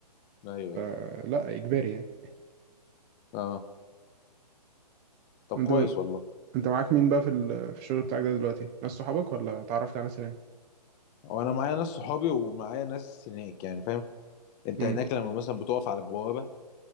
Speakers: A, on the left; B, on the right.
A: ايوه
B: فلا اجباري يعني
A: اه طب
B: انت
A: كويس والله
B: انت معاك مين بقى في ال... في الشغل بتاعك ده دلوقتي ناس صحابك ولا اتعرفت على ناس هناك
A: وانا معايا ناس صحابي ومعايا ناس هناك يعني فاهم انت
B: امم
A: هناك لما مثلا بتقف على البوابه